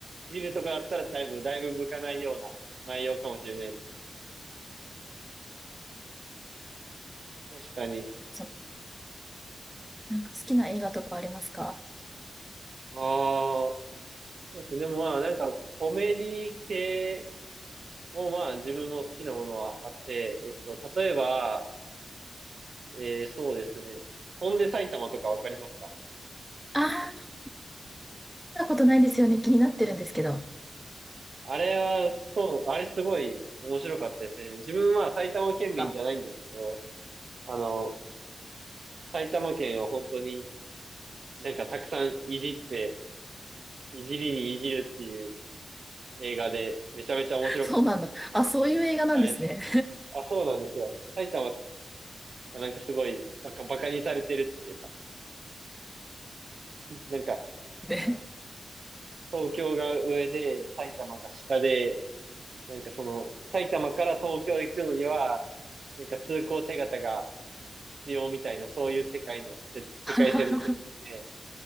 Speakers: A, on the right (about 50°); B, in the centre.
A: 見るとかだったらだいぶ、だいぶ向かないような内容かもしれないですね。確かに。
B: その、なんか好きな映画とかありますか
A: ああ、そうですね。でもまあなんかコメディ系もまあ自分の好きなものはあって、えっと、例えば、えー、そうですね。翔んで埼玉とかわかりますか
B: ああー、見たことないですよね。気になってるんですけど。
A: あれは、そう、あれすごい面白かったですね。自分は埼玉県民じゃないんですけど、
B: あ、
A: あの、埼玉県を本当になんかたくさんいじって、いじりにいじるっていう映画で、めちゃめちゃ面白かったです。
B: そうなんだ。あ、そういう映画なんですね。
A: はい。あ、そうなんですよ。埼玉がなんかすごいバカ、バカにされてるっていうか、なんか
B: <laughs> ね。
A: 東京が上で埼玉が下で、なんかその埼玉から東京行くのには、なんか通行手形が必要みたいな、そういう世界のせ、世界線の設定で、
B: <laughs>